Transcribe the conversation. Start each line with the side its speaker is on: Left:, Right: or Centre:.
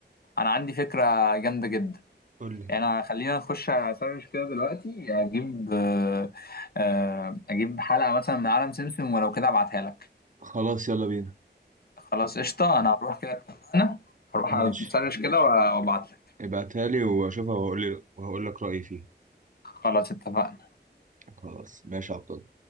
Left: أنا عندي فكرة جامدة جدا
Right: قول لي
Left: يعني خلينا نخش أسرش كده دلوقتي أجيب آه، آه، أجيب حلقة مثلا من عالم سمسم ولو كده أبعتها لك
Right: خلاص يلا بينا
Left: خلاص قشطة أنا هروح كده اتفقنا هروح
Right: ماشي
Left: أسرش كده وأبعت لك
Right: ابعتها لي وأشوفها وهقول لي وهقول لك رأيي فيها
Left: خلاص اتفقنا
Right: خلاص ماشي يا عبد